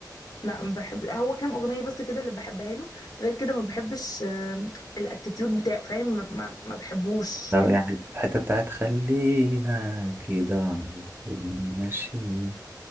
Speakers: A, on the left; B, on the right.
A: لا ما بحب هو كام اغنيه بس كده اللي بحبها له غير كده ما بحبش آه، الاتيتيود بتاعه فاهم ما, ما, ما بحبوش
B: لو
A: كده
B: يعني الحتة بتاعت خلينا كده على طول ماشيين